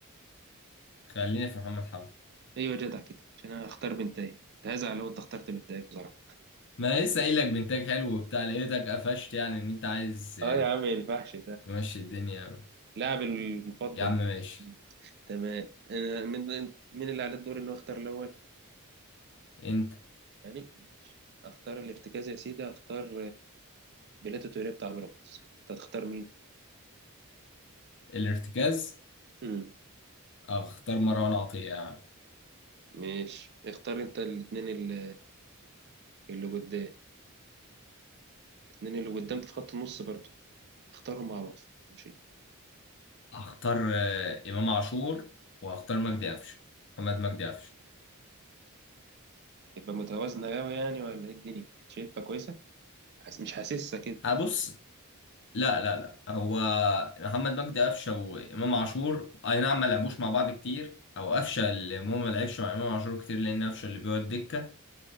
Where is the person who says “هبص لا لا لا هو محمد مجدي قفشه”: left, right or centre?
Left